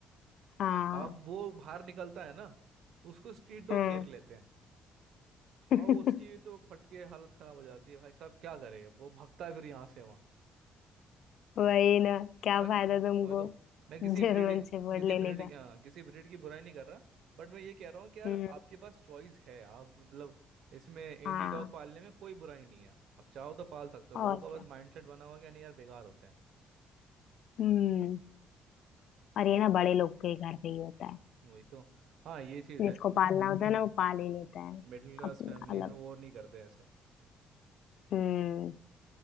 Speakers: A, on the left; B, on the right.
A: हाँ
B: अब वो बाहर निकलता है ना उसको स्ट्रीट डॉग
A: हम्म
B: घेर लेते हैं
A: <laughs>
B: और उसकी भी तो फटके हालत खराब हो जाती है भाई साहब क्या करे वो भगता है फिर यहाँ से वहाँ
A: वही ना क्या
B: मैं
A: फायदा तुमको
B: वही तो मैं किसी
A: जर्मन
B: ब्रीड
A: शेफर्ड
B: किसी
A: लेने
B: ब्रीड
A: का
B: किसी ब्रीड की बुराई नहीं कर रहा बट मैं ये कह रहा हूँ कि यार
A: हम्म।
B: आपके पास चॉइस है आप मतलब इसमें इंडी
A: हाँ
B: डॉग पालने में कोई बुराई नहीं है आप चाहो तो पाल सकते हो
A: और
B: लोगों का
A: क्या
B: बस माइंडसेट बना हुआ है कि नहीं यार बेकार होते हैं
A: हम्म और ये ना बड़े लोग के घर पे ही होता है
B: वही तो हाँ ये चीज़
A: जिसको
B: है
A: पालना होता है ना वो पाल ही लेता है
B: मिडिल क्लास
A: अपना
B: फैमिली
A: अलग
B: में वो नहीं करते ऐसे
A: हम्म